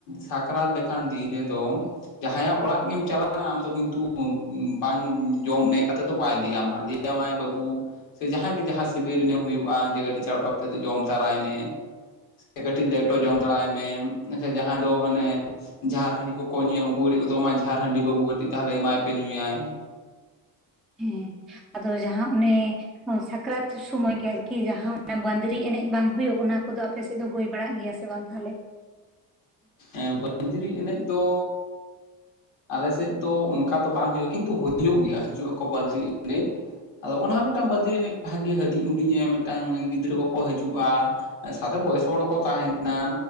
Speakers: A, on the left; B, in the centre.
A: ᱥᱟᱠᱨᱟᱛ ᱞᱮᱠᱟᱱ ᱫᱤᱱ ᱨᱮᱫᱚ ᱡᱟᱸᱦᱟᱭᱟᱜ ᱚᱲᱟᱜ ᱜᱮᱢ ᱪᱟᱞᱟᱜᱼᱟ ᱟᱢ ᱫᱚ ᱠᱤᱱᱛᱩ ᱵᱟᱝ ᱡᱚᱢ ᱱᱮ ᱠᱟᱛᱮ ᱫᱚ ᱵᱟᱭ ᱞᱟᱹᱭᱟᱢᱟ ᱞᱟᱹᱭᱟᱢᱟᱭ ᱵᱟᱹᱵᱩ ᱥᱮ ᱡᱟᱸᱦᱟ ᱜᱮ ᱡᱟᱸᱦᱟ ᱥᱟᱹᱜᱟᱹᱭ ᱨᱮᱱᱮ ᱦᱳᱭᱳᱜᱼᱟ ᱡᱮ ᱠᱟᱹᱴᱤᱡ ᱪᱟᱲᱯᱟ ᱯᱤᱴᱷᱟᱹ ᱫᱚ ᱡᱚᱢ ᱛᱟᱨᱟᱭ ᱢᱮ ᱥᱮ ᱠᱟᱹᱴᱤᱡ ᱞᱮᱴᱚ ᱡᱚᱢ ᱛᱟᱨᱟᱭ ᱢᱮ ᱟᱪᱪᱷᱟ ᱡᱟᱸᱦᱟᱭ ᱫᱚ ᱚᱱᱮ ᱡᱷᱟᱨ ᱦᱟᱺᱰᱤ ᱠᱚᱠᱚ ᱧᱩᱭᱟ ᱩᱱᱠᱩ ᱠᱟᱹᱴᱤᱡ ᱠᱚ <unintelligible> ᱡᱷᱟᱨ ᱦᱟᱺᱰᱤ ᱵᱟᱹᱵᱩ ᱠᱟᱹᱴᱤᱡ ᱛᱟᱦᱚᱞᱮ ᱮᱢᱟᱭ ᱯᱮ ᱧᱩᱭᱟᱭ
B: ᱦᱮᱸ ᱟᱫᱚ ᱡᱟᱸᱦᱟ ᱚᱱᱮ ᱥᱟᱠᱨᱟᱛ ᱥᱩᱢᱚᱭ ᱜᱮ ᱟᱨᱠᱤ ᱡᱟᱸᱦᱟ ᱵᱟᱸᱫᱽᱨᱤ ᱮᱱᱮᱡ ᱵᱟᱝ ᱦᱩᱭᱩᱜ ᱚᱱᱟ ᱠᱚᱫᱚ ᱟᱯᱮ ᱥᱮᱫ ᱫᱚ ᱦᱩᱭ ᱵᱟᱲᱟᱜ ᱜᱮᱭᱟ ᱥᱮ ᱵᱟᱝ ᱦᱟᱞᱮ
A: ᱮᱸ ᱵᱟᱹᱫᱽᱨᱤ ᱮᱱᱮᱡ ᱫᱚ ᱟᱞᱮ ᱥᱮᱫ ᱫᱚ ᱚᱱᱠᱟ ᱫᱚ ᱵᱟᱝ ᱦᱳᱭᱳᱜᱼᱟ ᱠᱤᱱᱛᱩ ᱦᱳᱭᱳᱜ ᱜᱮᱭᱟ ᱦᱤᱡᱩᱜᱼᱟ ᱠᱚ ᱵᱟᱹᱫᱽᱨᱤ ᱮᱱᱮᱡ ᱟᱫᱚ ᱚᱱᱟ ᱦᱚᱸ ᱢᱤᱫᱴᱟᱝ ᱵᱟᱹᱫᱽᱨᱤ ᱮᱱᱮᱡ ᱵᱷᱟᱜᱮ ᱦᱩᱰᱤᱧ ᱦᱩᱰᱤᱧ ᱢᱤᱫᱴᱟᱝ ᱜᱤᱫᱽᱨᱟᱹ ᱠᱚᱠᱚ ᱦᱤᱡᱩᱜᱼᱟ ᱥᱟᱣᱛᱮ ᱵᱚᱭᱮᱥ ᱦᱚᱲ ᱦᱚᱸ ᱠᱚ ᱛᱟᱦᱮᱱᱟ